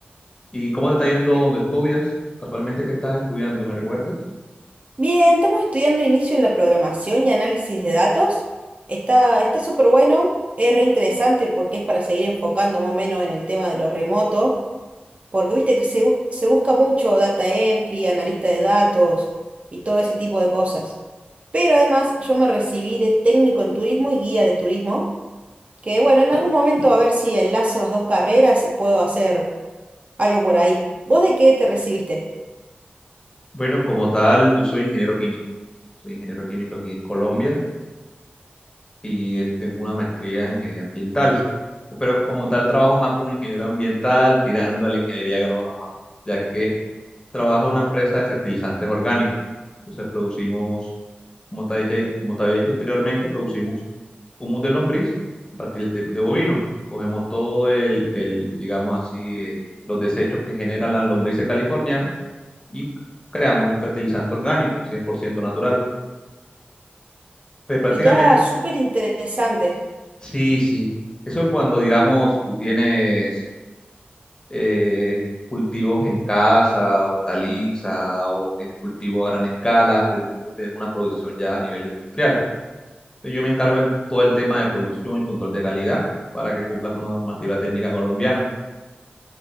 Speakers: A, on the left; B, on the right.
A: ¿Y cómo te está yendo donde
B: Cl-
A: estudias? Casualmente, ¿qué estás estudiando? ¿Me recuerdas?
B: Bien, estamos estudiando inicio en la programación y análisis de datos. Está, está súper bueno, es re interesante porque es para seguir enfocando más o menos en el tema de lo remoto Porque viste que se, bus- se busca mucho data entry, analista de datos y todo ese tipo de cosas. Pero además yo me recibí de técnico en turismo y guía de turismo, que bueno, en algún momento a ver si enlazo las dos carreras y puedo hacer algo por ahí. ¿Vos de qué te recibiste?
A: Bueno, como tal, yo soy ingeniero químico. Soy ingeniero químico aquí en Colombia. y eh, tengo una maestría en ingeniería ambiental. Pero como tal trabajo más como ingeniero ambiental, tirando a la ingeniería agrónoma, ya que trabajo en una empresa de fertilizantes orgánicos. Entonces producimos, como te, había- como te había dicho anteriormente, producimos humus de lombriz a partir del teco de bovino. Cogemos todo el, el, digamos así, eh, los desechos que generan las lombrices californianas y creamos un fertilizante orgánico, 100% natural. Pues prácticamente
B: Mirá, súper interesante.
A: Sí, sí. Eso es cuando, digamos, si tú tienes eh, cultivos en casa, hortaliza, o tienes cultivo a gran escala, tenemos, tenemos una producción ya a nivel industrial. Entonces, Yo me encargo en todo el tema de producción y control de calidad para que cumpla con la normativa técnica colombiana.